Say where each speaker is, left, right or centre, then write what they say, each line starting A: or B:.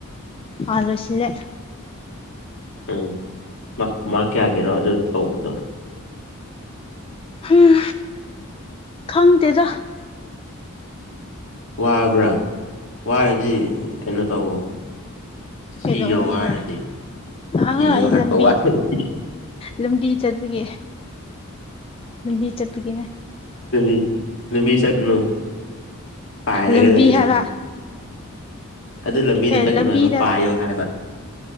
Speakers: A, on the left (about 25°); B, on the left (about 65°).
A: ꯑꯥ ꯂꯣꯁꯤꯜꯂꯦ
B: ꯎꯝ ꯃꯥꯛ ꯃꯥꯛ ꯀꯌꯥꯒꯤꯔꯣ ꯑꯗꯨ ꯇꯧꯕꯗꯣ
A: ꯍꯨꯝ ꯈꯪꯗꯦꯗ
B: ꯋꯥꯕ꯭ꯔꯥ ꯋꯥꯔꯗꯤ ꯀꯩꯅꯣ ꯇꯧꯑꯣ ꯁꯤꯌꯣ
A: ꯀꯩꯗꯧ ꯍꯥꯏꯕ꯭ꯔꯥ
B: ꯋꯥꯔꯗꯤ
A: ꯑꯥ
B: ꯁꯤꯌꯣ
A: ꯑꯩ
B: ꯍꯥꯏꯕ
A: ꯂꯝꯕꯤ
B: ꯋꯥꯔꯗꯤ
A: ꯂꯝꯕꯤ ꯆꯠꯄꯒꯤ ꯂꯝꯕꯤ ꯆꯠꯄꯒꯤꯅꯦ
B: ꯂꯝꯕꯤ ꯂꯝꯕꯤ ꯆꯠꯀꯅꯣ ꯄꯥꯏꯔꯒ
A: ꯂꯝꯕꯤ
B: ꯂꯩꯌꯣ
A: ꯍꯥꯏꯕ
B: ꯑꯗꯨ ꯂꯝꯕꯤꯗ
A: ꯑꯦ
B: ꯆꯠꯀꯅꯨ
A: ꯂꯝꯕꯤꯗ
B: ꯍꯥꯏꯕ ꯄꯥꯏꯌꯣ ꯍꯥꯏꯕ